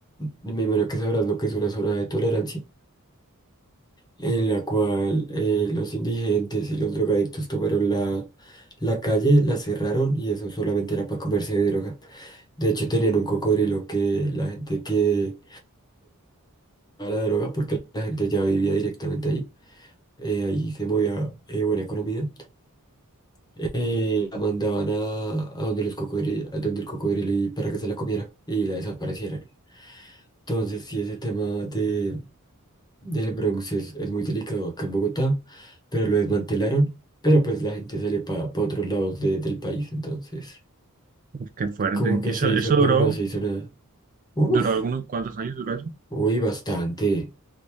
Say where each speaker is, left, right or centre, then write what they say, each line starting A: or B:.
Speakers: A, on the left (about 20°); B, on the right (about 35°).
A: me imagino que sabrás lo que es una zona de tolerancia, en la cual eh, los indigentes y los drogadictos tomaron la, la calle, la cerraron y eso solamente era para comerse de droga. De hecho, tenían un cocodrilo que la gente que a la droga porque la gente ya vivía directamente ahí. eh, ahí se movía eh, buena economía. Eh, la mandaban a, a donde los cocodrilos, donde el cocodrilo y para que se la comiera y la desaparecieran. Entonces, sí, ese tema de, del Bronx es, es muy delicado acá en Bogotá, pero lo desmantelaron. Pero pues la gente sale para otros lados de- del país, entonces
B: Uf, qué fuerte.
A: como que
B: Y eso,
A: se
B: eso
A: hizo,
B: duró,
A: pero no se hizo nada. Uf,
B: duró algunos, ¿cuántos años duró eso?
A: uy, bastante.